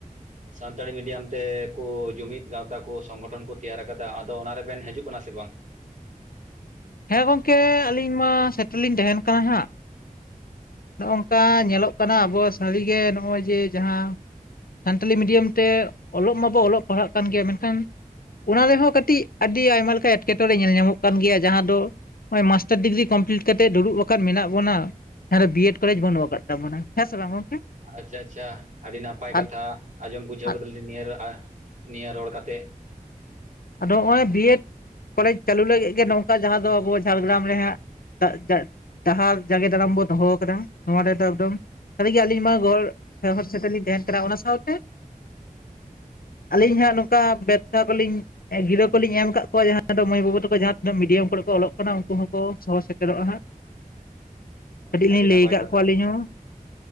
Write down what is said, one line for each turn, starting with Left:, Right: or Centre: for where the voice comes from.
Right: ᱥᱟᱱᱛᱟᱲᱤ ᱢᱤᱰᱤᱭᱟᱢ ᱛᱮ ᱠᱚ ᱡᱩᱢᱤᱫ ᱜᱟᱶᱛᱟ ᱠᱚ ᱥᱚᱝᱜᱚᱴᱷᱚᱱ ᱠᱚ ᱛᱮᱭᱟᱨ ᱟᱠᱟᱫᱟ ᱟᱠᱟᱫᱟ ᱟᱫᱚ ᱚᱱᱟ ᱨᱮᱵᱮᱱ ᱦᱤᱡᱩᱜ ᱠᱟᱱᱟ ᱥᱮ ᱵᱟᱝ?
Left: ᱦᱮᱸ ᱜᱚᱝᱠᱮ ᱾ ᱟᱹᱞᱤᱧ ᱢᱟ ᱥᱮᱴᱮᱨ ᱞᱤᱧ ᱛᱟᱦᱮᱱ ᱠᱟᱱᱟ ᱦᱟᱸᱜ ᱾ ᱱᱚᱜᱼᱚ ᱱᱚᱝᱠᱟ ᱧᱮᱞᱚᱜ ᱠᱟᱱᱟ ᱟᱵᱚᱣᱟᱜ ᱥᱟᱹᱨᱤᱜᱮ ᱱᱚᱜᱼᱚᱭ ᱡᱮ ᱡᱟᱦᱟᱸ ᱥᱟᱱᱛᱟᱞᱤ ᱢᱤᱰᱤᱭᱟᱢ ᱛᱮ ᱚᱞᱚᱜ ᱢᱟᱵᱚ ᱚᱞᱚᱜ ᱯᱟᱲᱦᱟᱜ ᱠᱟᱱ ᱜᱮᱭᱟ ᱢᱮᱱᱠᱷᱟᱱ ᱚᱱᱟ ᱨᱮᱦᱚᱸ ᱠᱟᱹᱴᱤᱡ ᱟᱹᱰᱤ ᱟᱭᱢᱟ ᱞᱮᱠᱟ ᱮᱸᱴᱠᱮᱴᱚᱬᱮ ᱧᱮᱞ ᱧᱟᱢᱚᱜ ᱠᱟᱱ ᱜᱮᱭᱟ ᱡᱟᱦᱟᱸ ᱫᱚ ᱱᱚᱜᱼᱚᱭ ᱢᱟᱥᱴᱟᱨ ᱰᱤᱜᱽᱨᱤ ᱠᱚᱢᱯᱞᱤᱴ ᱠᱟᱛᱮ ᱫᱩᱲᱩᱵ ᱟᱠᱟᱱ ᱢᱮᱱᱟᱜ ᱵᱚᱱᱟ ᱾ ᱦᱮᱸᱵᱤᱭᱮᱰ ᱠᱚᱞᱮᱡᱽ ᱵᱟᱹᱱᱩᱜ ᱟᱠᱟᱫ ᱛᱟᱵᱚᱱᱟ ᱦᱮᱸ ᱥᱮ ᱵᱟᱝ ᱜᱚᱝᱠᱮ
Right: ᱟᱪᱪᱷᱟ ᱟᱪᱪᱷᱟ ᱾ ᱟᱹᱰᱤ ᱱᱟᱯᱟᱭ
Left: ᱟᱨ
Right: ᱠᱟᱛᱷᱟ ᱟᱸᱡᱚᱢ ᱵᱩᱡᱷᱟᱹᱣ
Left: ᱟᱨ
Right: ᱠᱮᱫᱟᱞᱤᱧ ᱱᱤᱭᱟᱹ ᱱᱤᱭᱟᱹ ᱨᱚᱲ ᱠᱟᱛᱮ
Left: ᱟᱫᱚ ᱱᱚᱜᱼᱚᱭ ᱵᱤᱭᱮᱰ ᱠᱚᱞᱮᱡᱽ ᱪᱟᱹᱞᱩ ᱞᱟᱹᱜᱤᱫ ᱜᱮ ᱱᱚᱝᱠᱟ ᱡᱟᱦᱟᱸ ᱫᱚ ᱟᱵᱚ ᱡᱷᱟᱲᱜᱨᱟᱢ ᱨᱮᱦᱟᱸᱜ ᱫᱟᱜ <unintelligible> ᱰᱟᱦᱟᱨ ᱡᱟᱸᱜᱮ ᱫᱟᱨᱟᱢ ᱵᱚᱱ ᱫᱚᱦᱚ ᱟᱠᱟᱫᱟ ᱱᱚᱣᱟ ᱨᱮᱫᱚ ᱮᱠᱫᱚᱢ ᱥᱟᱹᱨᱤᱜᱮ ᱟᱹᱞᱤᱧ ᱢᱟ ᱜᱚᱲ ᱥᱚᱦᱚᱨ ᱥᱮᱴᱮᱨ ᱞᱤᱧ ᱛᱟᱦᱮᱱ ᱠᱟᱱᱟ ᱚᱱᱟ ᱥᱟᱶᱛᱮ᱾ ᱟᱹᱞᱤᱧ ᱦᱟᱸᱜ ᱱᱚᱝᱠᱟ ᱵᱮᱵᱽᱥᱟ ᱠᱚᱞᱤᱧ ᱜᱤᱫᱟᱹ ᱠᱚᱞᱤᱧ ᱮᱢ ᱠᱟᱜ ᱠᱚᱣᱟ ᱡᱟᱦᱟᱸ ᱫᱚ ᱢᱟᱹᱭ ᱵᱟᱹᱵᱩ ᱛᱟᱠᱚ ᱡᱟᱦᱟᱸ ᱛᱤᱱᱟᱹᱜ ᱢᱤᱰᱤᱭᱟᱢ ᱠᱚᱨᱮ ᱠᱚ ᱚᱞᱚᱜ ᱠᱟᱱᱟ ᱩᱱᱠᱩ ᱦᱚᱸᱠᱚ ᱥᱚᱦᱚ ᱥᱮᱴᱮᱨᱚᱜᱼᱟ ᱦᱟᱸᱜ ᱠᱟᱹᱴᱤᱡ
Right: ᱟᱪᱪᱷᱟ
Left: ᱞᱤᱧ
Right: ᱟᱹᱰᱤ
Left: ᱞᱟᱹᱭ
Right: ᱱᱟᱯᱟᱭ
Left: ᱠᱟᱜ
Right: ᱠᱟᱛᱷᱟ
Left: ᱠᱚᱣᱟ ᱟᱞᱤᱧ ᱦᱚᱸ᱾